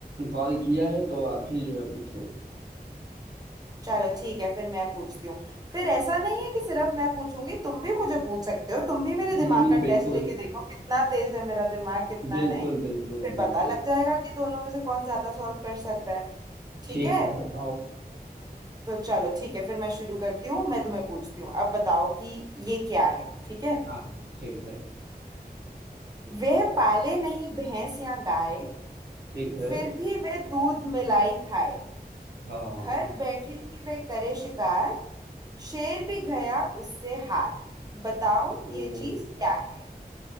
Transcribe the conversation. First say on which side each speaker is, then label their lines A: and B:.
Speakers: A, on the right; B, on the right.
A: कॉल किया है तो आप ही जो है पूछो
B: चलो ठीक है फिर मैं पूछती हूँ फिर ऐसा नहीं है कि सिर्फ मैं पूछूंगी तुम भी मुझे पूछ सकते हो तुम भी मेरे दिमाग
A: नहीं नहीं
B: का
A: बिल्कुल
B: टेस्ट लेके देखो कितना तेज है मेरा दिमाग कितना
A: बिल्कुल
B: नहीं
A: बिल्कुल
B: फिर
A: बिल्कुल
B: पता लग जाएगा कि दोनों में से कौन ज्यादा सॉल्व कर सकता है ठीक
A: ठीक
B: है
A: है बताओ
B: तो चलो ठीक है फिर मैं शुरू करती हूँ मैं तुम्हें पूछती हूँ अब बताओ कि ये क्या है ठीक है
A: हाँ ठीक है
B: वह पाले नहीं भैंस या गाय
A: ठीक है
B: फिर भी वह दूध मिलाई खाए
A: हाँ
B: घर बैठे ही वह करे शिकार शेर भी गया उससे हार बताओ
A: ओहो
B: ये चीज क्या है